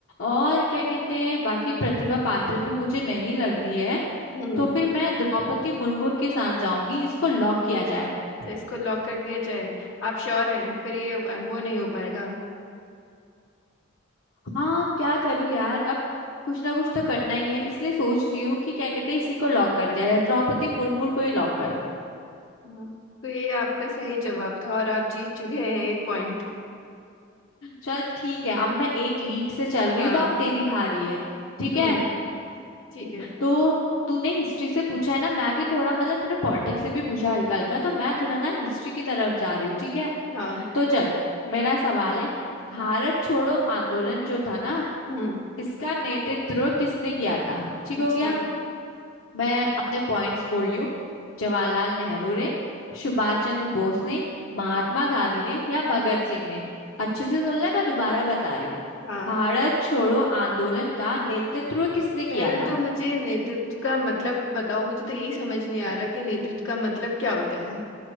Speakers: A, on the left; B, on the left.
A: और क्या कहते हैं बाकी प्रतिभा पाटिल भी मुझे नहीं लग रही है
B: हम्म
A: तो फिर मैं द्रौपदी मुर्मू के साथ जाऊंगी इसको लॉक किया जाए
B: तो इसको लॉक कर दिया जाए आप श्योर हैं
A: हम्म।
B: फिर ये वो नहीं हो पाएगा
A: हाँ अब क्या करूँ यार अब कुछ ना कुछ तो करना ही है इसलिए सोच रही हूँ कि क्या कहते हैं इसी को लॉक कर दिया जाए द्रौपदी मुर्मू को ही लॉक करो
B: हाँ। तो ये आपका सही जवाब था और आप जीत चुके हैं एक पॉइंट
A: चल ठीक है अब मैं एक लीड से चल रही
B: हाँ
A: हूँ तो आप तेरी भारी है ठीक
B: हम्म
A: है
B: ठीक है
A: तो तूने हिस्ट्री से पूछा है ना मैं भी थोड़ा मतलब तूने पॉलिटिक्स से भी पूछा है हल्का हल्का तो मैं थोड़ा ना हिस्ट्री की तरफ जा रही हूँ ठीक है
B: हाँ
A: तो चल मेरा सवाल है भारत छोड़ो आंदोलन जो था ना
B: हम्म
A: इसका नेतृत्व किसने किया था ठीक
B: अच्छा
A: हो गया मैं अपने पॉइंट्स बोल रही हूँ जवाहरलाल नेहरू ने सुभाष चंद्र बोस ने महात्मा गांधी ने या भगत सिंह ने अच्छे से सुन ले मैं दोबारा बता रही हूँ
B: हाँ
A: भारत छोड़ो आंदोलन का नेतृत्व किसने किया
B: पहले तो
A: था
B: मुझे नेतृत्व का मतलब बताओ मुझे तो यही समझ नहीं आ रहा कि नेतृत्व का मतलब क्या होता है